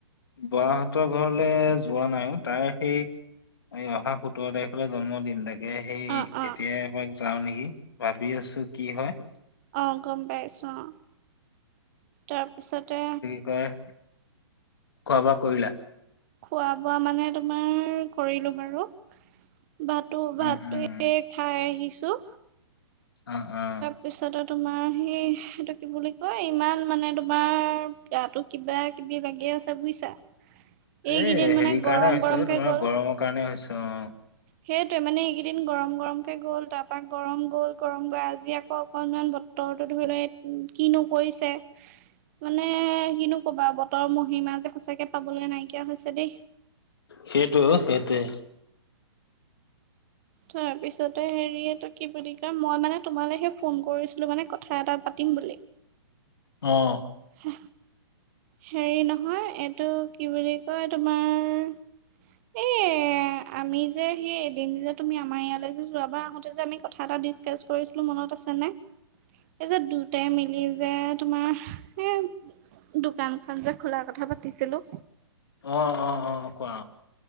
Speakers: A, on the left; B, on the right.
A: বহঁতৰ ঘৰলে যোৱা নাই অ'। তাই সেই এই অহা সোতৰ তাৰখলে জন্মদিন তাইৰ। এ, সেই
B: অ', অ'।
A: তেতিয়া এপাক যাওঁ নেকি, ভাবি আছোঁ কি হয়।
B: অ' গ'ম পাইছোঁ অ'। তাৰপিছতে
A: গৈ আছোঁ। খোৱা বোৱা কৰিলা?
B: খোৱা বোৱা মানে তোমাৰ কৰিলোঁ বাৰু। ভাতো ভাতটো
A: উম উম
B: এ, খাই আহিছোঁ।
A: অ', অ'।
B: পিছতে তোমাৰ সি সেইটো কি বুলি কয় ইমান মানে তোমাৰ গাটো কিবা কিবি লাগে আছে বুজিছা? এইকেইদিন
A: এই
B: মানে
A: হেৰি কাৰণে
B: গৰম
A: হৈছে
B: গৰমকে
A: অ, তোমাৰ
B: গ'ল।
A: গৰমৰ কাৰণে হৈছে অ
B: সেইটোৱে মানে এইকেইদিন গৰম গৰমকে গ'ল, তাৰপা গৰম গ'ল গৰম গৈ আ আজি আকৌ অকণমান বতৰটো ধৰি লোৱা কিনো কৰিছে। মানে কিনো ক'বা বতৰৰ মহিমা যে সঁচাকে পাবলৈ নাইকিয়া হৈছে দেই।
A: সেইটো অ' সেইটোৱে।
B: তাৰপিছতে হেৰি এইটো কি বুলি কয় মই মানে তোমালৈহে ফোন কৰিছিলোঁ মানে কথা এটা পাতিম বুলি
A: অঁ
B: হ হেৰি নহয় এইটো কি বুলি কয় তোমাৰ এই আমি যে সেই এদিন যে তুমি আমাৰ ইয়ালৈ যে যোৱাবাৰ আহুতে যে আমি কথা এটা ডিচকাচ কৰিছিলো মনত আছেনে এই যে দুটাই মিলি যে তোমাৰ এ দোকান খন যে খোলাৰ কথা পাতিছিলো
A: অ অ অ কোৱা